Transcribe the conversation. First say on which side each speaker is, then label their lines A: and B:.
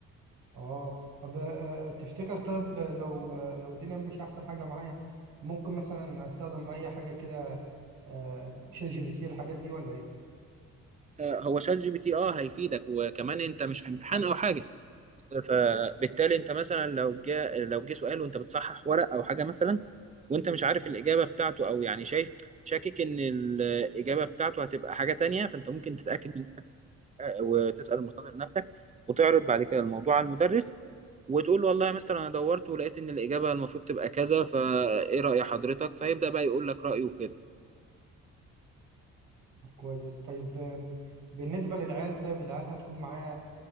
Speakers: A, on the right (about 85°); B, on the right (about 25°).
A: اه طب آه، آه، تفتكر طيب لو لو الدنيا مش احسن حاجه معايا ممكن مثلا استخدم اي حاجه كده آه، شات جي بي تي الحاجات دي ولا ايه
B: آه، هو شات جي بي تي اه هيفيدك وكمان انت مش في امتحان او حاجه فبالتالي انت مثلا لو جه لو جه سؤال وانت بتصحح ورق او حاجه مثلا وانت مش عارف الاجابه بتاعته او يعني شايف شاكك ان الاجابه بتاعته هتبقى حاجه تانية فانت ممكن تتاكد من وتسال المصادر نفسك وتعرض بعد كده الموضوع على المدرس وتقول له والله يا مستر انا دورت ولقيت ان الاجابه المفروض تبقى كذا فايه راي حضرتك فيبدا بقى يقول لك رايه كده
A: طب كويس طيب آم، بالنسبه للعيال طيب العيال هتكون معايا